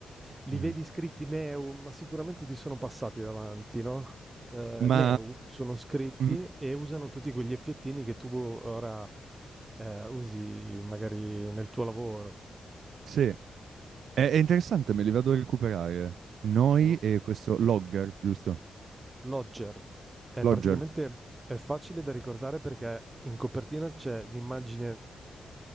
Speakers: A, on the right (about 20°); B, on the right (about 80°).
A: Li
B: Mhm.
A: vedi scritti Neu, ma sicuramente ti sono passati davanti, no? Eh,
B: Ma
A: Neu sono scritti
B: mm,
A: e usano tutti quegli effettini che tu ora eh, usi magari nel tuo lavoro.
B: sì, è, è interessante, me li vado a recuperare. Noi
A: Mhm.
B: e questo Logger, giusto?
A: Lodger. È
B: Logger.
A: praticamente è facile da ricordare perché in copertina c'è l'immagine